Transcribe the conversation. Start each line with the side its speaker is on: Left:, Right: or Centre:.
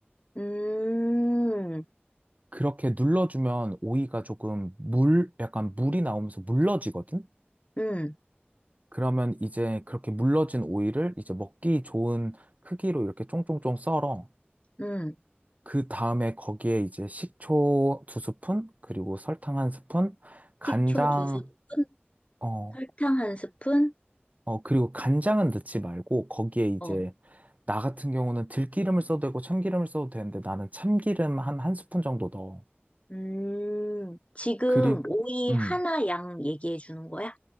Left: 음,
Right: 그렇게 눌러주면 오이가 조금 물, 약간 물이 나오면서 물러지거든?
Left: 응,
Right: 그러면 이제 그렇게 물러진 오이를 이제 먹기 좋은 크기로 이렇게 쫑쫑쫑 썰어.
Left: 응.
Right: 그 다음에 거기에 이제 식초 두 스푼, 그리고 설탕 한 스푼, 간장,
Left: 식초 두 스푼,
Right: 어,
Left: 설탕 한 스푼?
Right: 어, 그리고 간장은 넣지 말고 거기에 이제
Left: 어,
Right: 나 같은 경우는 들기름을 써도 되고 참기름을 써도 되는데 나는 참기름 한 한 스푼 정도 넣어.
Left: 음. 지금
Right: 그리고,
Left: 오이
Right: 음,
Left: 하나 양 얘기해 주는 거야?